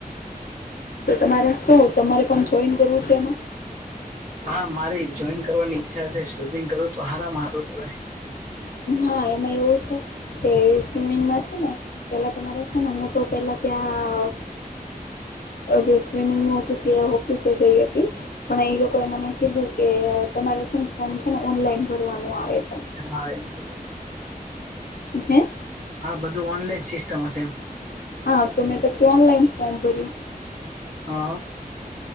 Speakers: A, on the left (about 80°); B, on the right (about 55°).
A: તો તમારે શું? તમારે પણ જોઈન કરવું છે એમાં.
B: હા મારે જોઈન કરવાની ઈચ્છા છે. સ્વિમિંગ કરવું તો સારામાં સારું કેહેવાય.
A: હા એમાં એવું છે. કે સ્વિમિંગમાં છે, ને પેલા તમારે છે ને હું તો પેલા ત્યાં. જે સ્વિમિંગનુ હતું. ત્યાં ઓફિસે ગઈ હતી. પણ એ લોકોએ મને કીધું કે તમારે છે ને ફોર્મ છે ને ઓનલાઈન ભરવાનું આવે. છે
B: હા એ બધો
A: હ.
B: હા બધું ઓનલાઈન સિસ્ટમ હશે એમ.
A: હા તો મેં પછી ઓનલાઈન ફોર્મ ભર્યું.
B: હા.